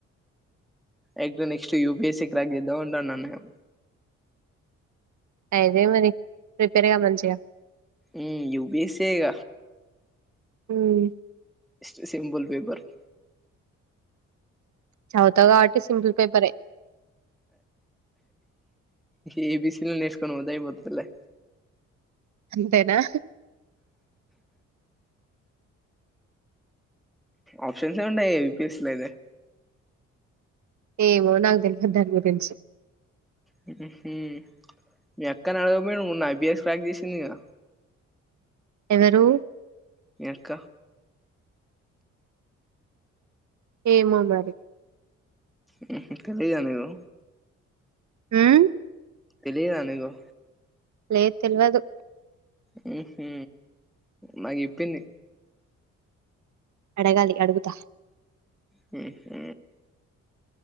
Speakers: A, in the centre; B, on the right (about 50°).
A: At the next UPSC cross చేద్దామంటూనా నేను.
B: అయితే మరి ప్రిపేర్ కా మంచిగా.
A: ఉమ్ యూపిఎస్సే ఇగ.
B: ఉమ్
A: ఇష్ట సింబల్ పేపర్
B: చదువుతా కాబట్టి సింపుల్ పేపరే
A: ఏబీసీ లు నేర్చుకొని పోత అయిపోయేదిలే
B: అంతేనా
A: ఆప్షన్స్ ఏముండాయి ఏపిఎస్ లో అయితే
B: ఏమో నాకు తెల్వాద్ దానిగురించి
A: హ్మ్ హు హ్మ్ మీ అక్కని అడగపోరు మొన్న ఐబిఎస్ క్రాక్ చేసింది ఇక
B: ఎవరు
A: మీ అక్క
B: ఏమో మరి
A: హ్మ్ హు తెలియదా నీకు
B: హ్మ్
A: తెలియదా నీకు
B: లేదు తెల్యదు
A: హ్మ్ హు మాక్ చెప్పింది
B: అడగాలి అడుగుతా
A: హ్మ్మ హు